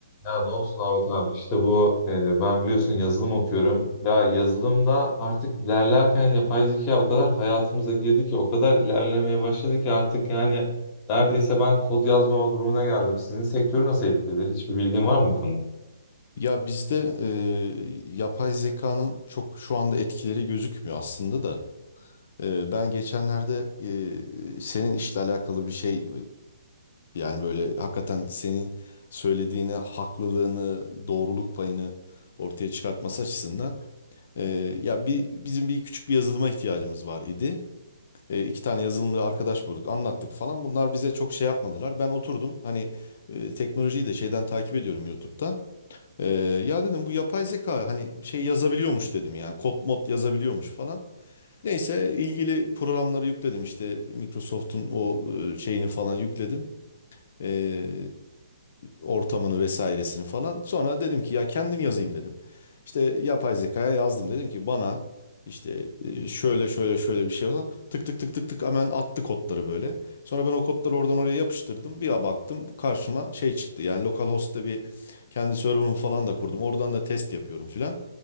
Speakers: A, on the left; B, on the left.
A: Ya ne olsun Ahmet abi işte bu e, ben biliyorsun yazılım okuyorum. Ya yazılımda artık ilerlerken yapay zeka o kadar hayatımıza girdi ki o kadar ilerlemeye başladı ki artık yani neredeyse ben kod yazmama durumuna geldim. Sizin sektörü nasıl etkiledi? Hiçbir bilgin var mı bu konuda?
B: Ya bizde e, yapay zekanın çok şu anda etkileri gözükmüyor aslında da. E, ben geçenlerde e, senin işle alakalı bir şey e, yani böyle hakikaten senin söylediğine haklılığını, doğruluk payını ortaya çıkartması açısından e, ya bir bizim bir küçük bir yazılıma ihtiyacımız var idi. E, iki tane yazılımcı arkadaş bulduk, anlattık falan. Bunlar bize çok şey yapmadılar. Ben oturdum hani e, teknolojiyi de şeyden takip ediyorum YouTube'dan. Ee, ya dedim bu yapay zeka hani şey yazabiliyormuş dedim yani kod mod yazabiliyormuş falan. Neyse ilgili programları yükledim işte Microsoft'un o e, şeyini falan yükledim. Ee, ortamını vesairesini falan. Sonra dedim ki ya kendim yazayım dedim. İşte yapay zekaya yazdım dedim ki bana işte e, şöyle şöyle şöyle bir şey olsa tık tık tık tık tık hemen attı kodları böyle. Sonra ben o kodları oradan oraya yapıştırdım. Bir baktım karşıma şey çıktı. Yani localhost'ta bir kendi server'ımı falan da kurdum. Oradan da test yapıyorum filan.